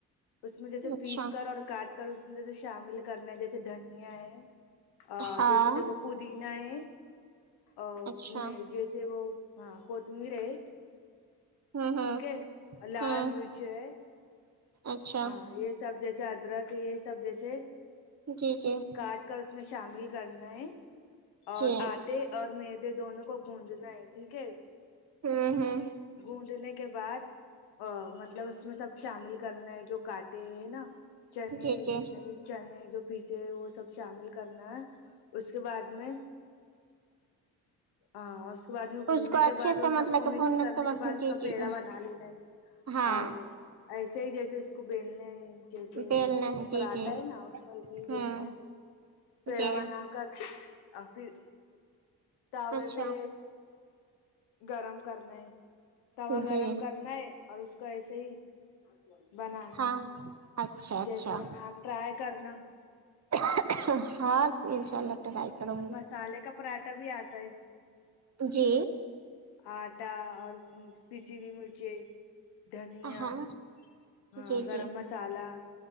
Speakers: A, on the left; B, on the right.
A: اس میں جیسے
B: اچھا
A: پیس کر اور کاٹ اس میں جسے شامل کرنا ہے جیسے دھنیا ہے
B: ہاں
A: جیسے دیکھو پودینہ ہے اور
B: اچھا
A: جیسے وہ ہاں کوتمیر ہے
B: ہوں ہوں
A: ٹھیک ہے اور لال
B: ہوں
A: مرچ ہے
B: اچھا
A: ہاں یہ سب جیسے ادرک یہ سب جیسے
B: جی جی
A: کاٹ کر اس میں شامل کرنا ہے اور
B: جی
A: آٹے اور میدے دونوں کو گوندنا ہے ٹھیک ہے
B: ہوں ہوں
A: گوندنے کے بعد مطلب اس میں سب شامل کرنا ہے جو کاٹے ہیں نا چنے
B: جی جی
A: جتنے بھی چنے جو پیسے وہ سب شامل کرنا ہے اس کے بعد میں ہاں اس کے بعد میں گوندنے
B: اس کو
A: کے
B: اچھے
A: بعد
B: سے
A: وہ سب
B: مطلب
A: کو
B: کہ
A: مکس
B: بھوننے
A: کرنے کے بعد
B: جی
A: سب
B: جی
A: پیڑا
B: جی
A: بنا لینا ہے
B: ہاں
A: اور ایسے ہی جیسے اس کو بیل نا ہیں جیسے
B: بیلنا جی
A: پراٹھا
B: جی
A: ہے نا اس کو ایسے ہی
B: ہوں
A: بیلنا ہے پیڑا
B: جی
A: بانا کر کے آ پھر تاوے
B: اچھا
A: پہ گرم کرنا ہے توا گرم
B: جی
A: کرنا ہے اور اس کو ایسے ہی بنانا
B: ہاں
A: ہے
B: اچھا اچھا
A: جیسے بنا آپ ٹرائی کرنا
B: اہ اہ ہاں ان شاء اللہ ٹرائی کروں گی
A: مسالے کا پراٹھا بھی آتا ہے
B: جی
A: آٹا اور کسی بھی مرچے دھنیا
B: ہاں
A: ہاں
B: جی
A: گرم
B: جی
A: مسالہ